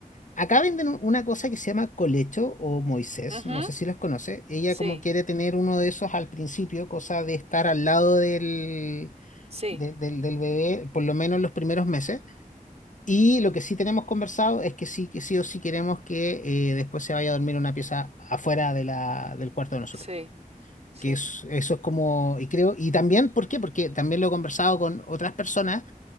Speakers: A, on the left; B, on the right.
A: acá venden un- una cosa que se llama colecho o Moisés.
B: Ujú,
A: No sé si los conoce. Ella
B: Sí,
A: como quiere tener uno de esos al principio, cosa de estar al lado del,
B: sí,
A: de- del, del bebé, por lo menos los primeros meses. Y lo que sí tenemos conversado es que sí, que sí o sí queremos que eh, después se vaya a dormir en una pieza afuera de la, del cuarto de nosotros.
B: sí, sí.
A: que es- eso es como, y creo, y también, ¿por qué? Porque también lo he conversado con otras personas,